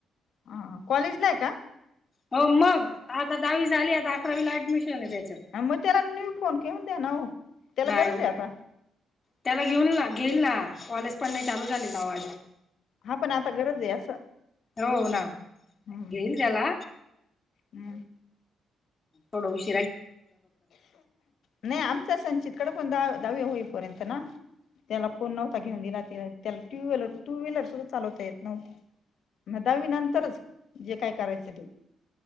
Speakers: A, on the left (about 70°); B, on the left (about 30°).
A: हा कॉलेजला आहे का
B: हो मग आता दहावी झाली, आता अकरावी ला ऍडमिशन आहे. त्याच
A: ह मग त्याला न्यू फोन घेऊन द्या ना, हो त्याला
B: नाही
A: गरच
B: हो
A: आता.
B: त्याला घेऊन घेईल ना, कॉलेज पण नाही चालू झाली अजून.
A: हा पण आता गरज आहे असं.
B: हो ना
A: हम्म
B: घेईल त्याला.
A: हम्म.
B: थोडं उशिर
A: नाही आमच्या संचित कडे पण द दहावी होईपर्यंत ना, त्याला फोन नव्हता घेऊन दिला. त्याला टू व्हीलर, टू व्हीलर, सुद्धा चालवता येत नव्हते. मग दहावी नंतरच जे काय करायचं ते